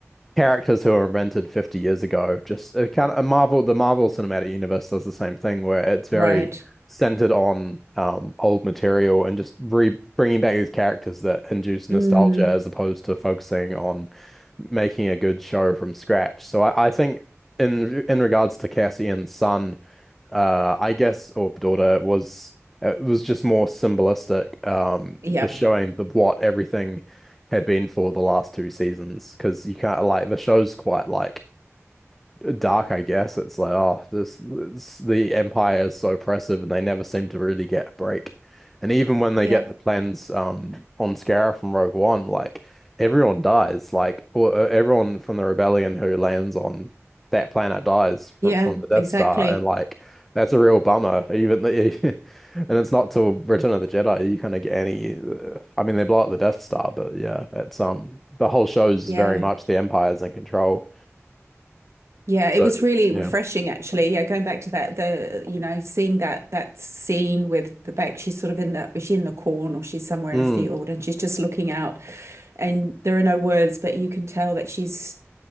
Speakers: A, in the centre; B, on the right (about 65°).
A: characters who were invented 50 years ago. Just it kind of a Marvel, the Marvel Cinematic Universe does the same thing where it's very
B: right.
A: centered on um, old material and just re bringing back these characters that induce
B: Mm,
A: nostalgia as opposed to focusing on making a good show from scratch. So I, I think in in regards to Cassian's son, uh, I guess Orb Daughter was it was just more symbolistic um,
B: yeah,
A: for showing the what everything had been for the last two seasons because you can't like the show's quite like dark, I guess. It's like, oh, this, this the Empire is so oppressive, and they never seem to really get a break. And even when
B: yeah,
A: they get the plans um on Scarif from Rogue One, like everyone dies, like or, uh, everyone from the rebellion who lands on that planet dies
B: yeah,
A: fr from the Death
B: exactly.
A: Star, and like that's a real bummer. Even the, <laughs> and it's not till Return of the Jedi you kind of get any. uh, I mean, they blow up the Death Star, but yeah, it's um the whole show's
B: Yeah.
A: very much the Empire's in control.
B: Yeah,
A: So.
B: it was really refreshing
A: Yeah.
B: actually. Yeah, going back to that, the you know, seeing that that scene with the back, she's sort of in the is she in the corn or she's somewhere
A: Mm,
B: in a field and she's just looking out and there are no words, but you can tell that she's